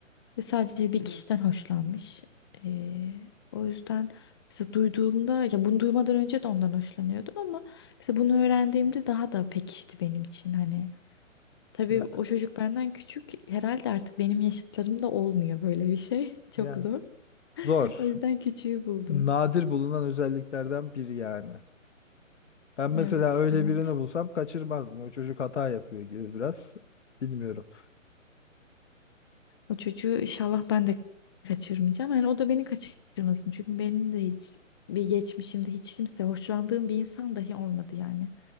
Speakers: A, on the left; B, on the left.
A: ve sadece bir kişiden hoşlanmış. E, o yüzden mesela duyduğumda ya bunu duymadan önce de ondan hoşlanıyordum ama mesela bunu öğrendiğimde daha da pekişti benim için hani. Tabii
B: Ya,
A: o çocuk benden küçük. Herhalde artık benim yaşıtlarımda olmuyor böyle bir şey. <laughs> Çok
B: yani
A: zor.
B: zor.
A: O yüzden küçüğü buldum.
B: Nadir bulunan özelliklerden biri yani. Ben mesela
A: Evet,
B: öyle
A: evet.
B: birini bulsam kaçırmazdım. O çocuk hata yapıyor gibi biraz. Bilmiyorum.
A: O çocuğu inşallah ben de kaçırmayacağım. Yani o da beni kaçırmasın. Çünkü benim de hiç bir geçmişimde hiç kimse hoşlandığım bir insan dahi olmadı yani.